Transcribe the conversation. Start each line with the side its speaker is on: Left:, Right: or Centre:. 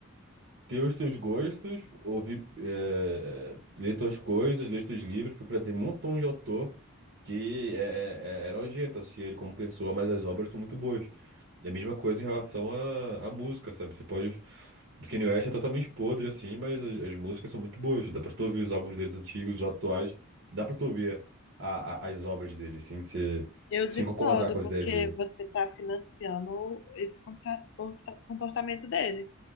Right: ter os teus gostos, ouvir, eh, ler tuas coisas, ler teus livros, porque pra, tem um montão de autor que é, é, é é nojento, assim, ele como pessoa, mas as obras são muito boas. É a mesma coisa em relação à à música, sabe? Você pode. O Kanye West é totalmente podre, assim, mas as, as músicas são muito boas. Dá pra tu ouvir os álbuns deles antigos, os atuais. Dá pra tu ouvir a- a- as obras dele, assim, sem se,
Left: Eu
Right: sem
Left: discordo,
Right: concordar com as
Left: porque
Right: ideias dele.
Left: você está financiando esse comporta- comporta- comportamento dele.